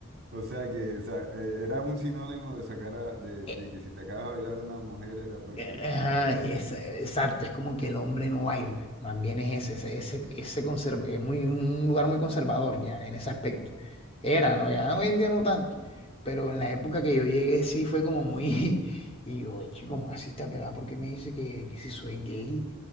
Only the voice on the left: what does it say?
<laughs>
E-
eh, ajá,
es-
exacto, es como que el hombre no baila, más bien es ese, ese, ese, ese conserv- es muy, un lugar muy conservador ya en ese aspecto. Era, ¿no? Ya hoy en día no tanto, pero en
la época que yo llegué sí fue como muy... <laughs> Y yo, eche, como así está pelada? Porque me dice que, que si soy gay?